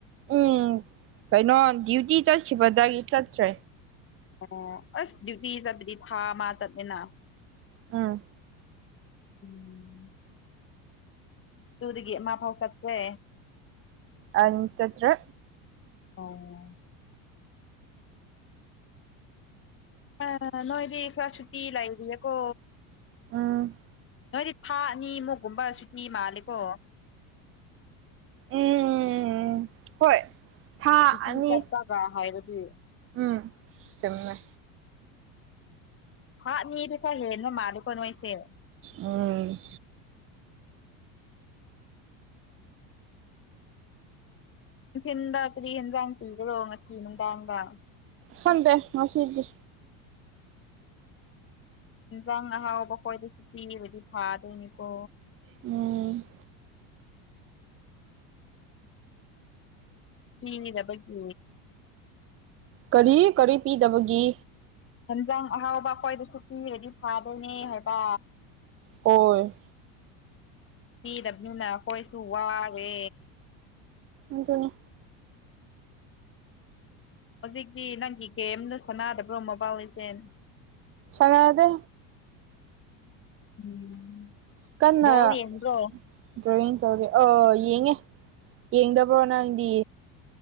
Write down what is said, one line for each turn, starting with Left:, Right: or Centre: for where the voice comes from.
Right: ꯎꯝ ꯀꯩꯅꯣ ꯗ꯭ꯌꯨꯇꯤ ꯆꯠꯈꯤꯕꯗꯒꯤ ꯆꯠꯇ꯭ꯔꯦ
Left: ꯑꯣ ꯑꯁ ꯗ꯭ꯌꯨꯇꯤ ꯆꯠꯄꯗꯤ ꯊꯥ ꯑꯃ ꯆꯠꯂꯦꯅ
Right: ꯎꯝ
Left: ꯎꯝ ꯇꯨꯗꯒꯤ ꯑꯃ ꯐꯥꯎ ꯆꯠꯇꯦ
Right: ꯑꯪ ꯆꯠꯇ꯭ꯔꯦ
Left: ꯑꯣ ꯑꯥ ꯅꯣꯏꯗꯤ ꯈꯔ ꯁꯨꯇꯤ ꯂꯏꯔꯤꯌꯦꯀꯣ
Right: ꯎꯝ
Left: ꯅꯣꯏꯗꯤ ꯊꯥ ꯑꯅꯤꯃꯨꯛꯀꯨꯝꯕ ꯁꯨꯇꯤ ꯃꯥꯜꯂꯦꯀꯣ
Right: ꯎꯝ ꯍꯣꯏ ꯊꯥ
Left: ꯁꯨꯇꯤ
Right: ꯑꯅꯤ
Left: ꯆꯠꯄꯒ ꯍꯥꯏꯔꯗꯤ
Right: ꯎꯝ ꯆꯨꯝꯃꯦ
Left: ꯊꯥ ꯑꯅꯤꯗꯤ ꯈꯔ ꯍꯦꯅꯕ ꯃꯥ ꯑꯩꯈꯣꯏ ꯅꯣꯏꯁꯦ
Right: ꯎꯝ
Left: ꯅꯨꯡꯊꯤꯟꯗ ꯀꯔꯤ ꯍꯦꯟꯖꯥꯡ ꯄꯤꯈ꯭ꯔꯣ ꯉꯁꯤ ꯅꯨꯡꯗꯥꯡꯗ
Right: ꯈꯪꯟꯗꯦ ꯉꯁꯤꯗꯤ
Left: ꯏꯟꯁꯥꯡ ꯑꯍꯥꯎꯕ ꯈꯣꯏꯗꯁꯨ ꯄꯤꯔꯕꯗꯤ ꯐꯗꯣꯏꯅꯤꯀꯣ
Right: ꯎꯝ
Left: ꯄꯤꯗꯕꯒꯤ
Right: ꯀꯔꯤ ꯀꯔꯤ ꯄꯤꯗꯕꯒꯤ
Left: ꯍꯦꯟꯖꯥꯡ ꯑꯍꯥꯎꯕ ꯑꯩꯈꯣꯏꯗꯁꯨ ꯄꯤꯔꯗꯤ ꯐꯗꯣꯏꯅꯦ ꯍꯥꯏꯕ
Right: ꯍꯣꯏ
Left: ꯄꯤꯗꯕꯅꯤꯅ ꯑꯩꯈꯣꯏꯁꯨ ꯋꯥꯔꯦ
Right: ꯑꯗꯨꯅꯤ
Left: ꯍꯧꯖꯤꯛꯇꯤ ꯅꯪꯒꯤ ꯒꯦꯝꯗꯨ ꯁꯥꯟꯅꯗꯕ꯭ꯔꯣ ꯃꯣꯕꯥꯏꯜ ꯂꯤꯁꯦꯟ
Right: ꯁꯟꯅꯗꯦ
Left: ꯎꯝ
Right: ꯀꯟꯅ
Left: ꯕꯣꯜ ꯌꯦꯡꯕꯔꯣ
Right: ꯗ꯭ꯔꯣꯋꯤꯡ ꯇꯧꯔꯦ ꯑꯥ ꯌꯦꯡꯉꯦ ꯌꯦꯡꯗꯕ꯭ꯔꯣ ꯅꯪꯗꯤ